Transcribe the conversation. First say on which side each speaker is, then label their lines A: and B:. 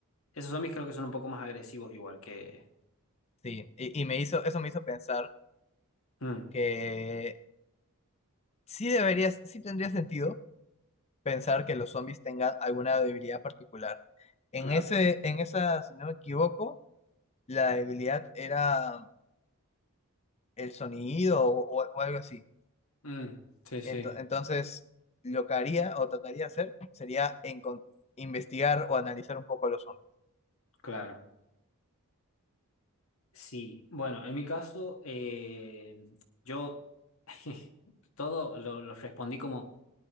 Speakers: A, on the left; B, on the left.
A: esos zombies creo que son un poco más agresivos igual que...
B: sí. Y, y me hizo, eso me hizo pensar
A: Mm,
B: que sí deberías, sí tendría sentido pensar que los zombies tengan alguna debilidad particular. En
A: claro.
B: ese, en esa, si no me equivoco, la debilidad era el sonido o, o- o algo así.
A: Mm, sí, sí,
B: Ento- entonces, lo que haría o trataría de hacer sería encon- investigar o analizar un poco los zombies.
A: claro. Sí. Bueno, en mi caso, eh, yo <laughs> todo lo, lo respondí como...